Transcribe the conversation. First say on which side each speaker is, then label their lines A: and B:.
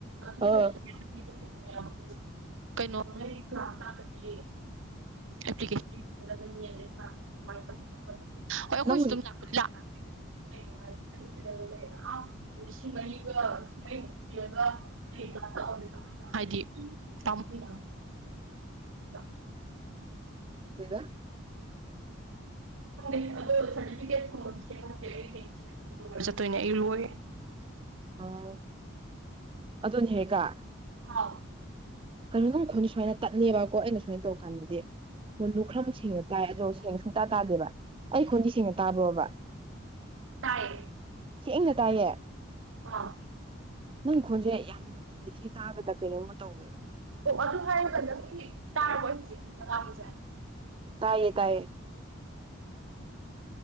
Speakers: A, on the right; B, on the right.
A: ꯑꯗꯨꯝ
B: ꯑꯥ
A: ꯆꯠꯂ ꯄꯤꯛꯑꯁꯨ ꯑꯗꯨꯝ ꯌꯥꯝꯕꯗꯣ ꯀꯩꯅꯣ ꯀ꯭ꯂꯥꯁ ꯂꯥꯛꯇꯔꯗꯤ ꯑꯄ꯭ꯂꯤꯀꯦꯁꯟ ꯏꯔꯛꯀꯗꯕꯅꯤ ꯑꯗꯩ ꯀ꯭ꯂꯥꯁ ꯑꯗꯨꯃꯥꯏꯅ ꯇꯧꯕ ꯈꯣꯠꯄ ꯍꯣꯏ ꯑꯩꯈꯣꯏꯁꯨ
B: ꯅꯪ ꯍꯧꯖꯤꯛ
A: ꯑꯗꯨꯝ ꯂꯥꯛꯄꯨꯗꯤ ꯂꯥꯛ ꯑꯗꯨꯝ ꯀꯩꯒꯤꯅꯣ ꯍꯥꯏꯗꯤ ꯆꯩ ꯌꯧꯋꯦ ꯑ ꯂꯤꯁꯤꯡꯃꯔꯤꯒ ꯁꯨꯝꯃꯩ ꯊꯤꯔꯒ ꯀꯔꯤ ꯀ꯭ꯂꯥꯁ ꯂꯥꯛꯑꯣꯏꯗ꯭ꯔꯤꯅꯣ ꯍꯥꯏꯗꯤ ꯇꯝꯍꯣꯏꯅ <unintelligible>
B: <unintelligible>
A: ꯈꯪꯗꯦ ꯑꯗꯣ ꯁꯔꯇꯤꯐꯤꯀꯦꯠ ꯀꯨꯝꯕꯒꯤ <unintelligible> ꯆꯠꯇꯣꯏꯅꯦ ꯑꯩ ꯂꯣꯏ
B: ꯑ ꯑꯗꯨ ꯑꯗꯨꯅꯦꯍꯦꯛꯒ
A: ꯍꯥꯎ
B: ꯀꯔꯤ ꯅꯪ ꯈꯣꯟ ꯁꯨꯃꯥꯏꯅ ꯇꯠꯅꯦꯕꯀꯣ ꯑꯩꯅ ꯁꯨꯃꯥꯏꯅ ꯇꯧꯔ ꯀꯥꯟꯗꯗꯤ ꯈꯣꯟꯗꯨ ꯈꯔ ꯁꯦꯡꯅ ꯇꯥꯏ ꯑꯗꯣ ꯁꯦꯡ ꯁꯨꯡꯇꯥ ꯇꯥꯗꯦꯕ ꯑꯩ ꯈꯣꯟꯗꯤ ꯁꯦꯡꯅ ꯇꯥꯕ꯭ꯔꯣꯕ
A: ꯇꯥꯏ
B: ꯁꯦꯡꯅ ꯇꯥꯏꯌꯦ
A: ꯑꯥ
B: ꯅꯪ ꯈꯣꯟꯁꯦ ꯌꯥꯝꯅ ꯅꯨꯡꯉꯥꯏꯇꯦ ꯇꯥꯕꯗ ꯀꯩꯅꯣꯝꯃ ꯇꯧꯋꯦ
A: ꯑꯣ ꯑꯗꯨ ꯍꯥꯏꯔꯒ ꯉꯁꯤ ꯇꯥꯔꯥꯕꯣ ꯍꯧꯖꯤꯛ ꯐꯖ ꯉꯥꯡꯕꯁꯦ
B: ꯇꯥꯏꯌꯦ ꯇꯥꯏꯌꯦ <inaudible>